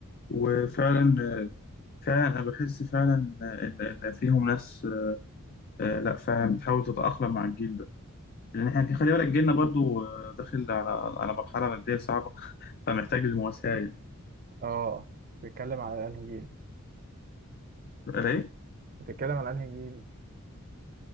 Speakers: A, on the left; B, on the right.
A: وفعلا آه، فعلا أنا بحس فعلا إن إن فيهم ناس آه، لا فعلا بتحاول تتأقلم مع الجيل ده لان احنا خلي بالك جيلنا برضو آه، داخل على على مرحله ماديه صعبه <laughs> فمحتاج المواساه يعني
B: اه بتتكلم على انهي جيل
A: بقى ايه
B: بتتكلم على انهي جيل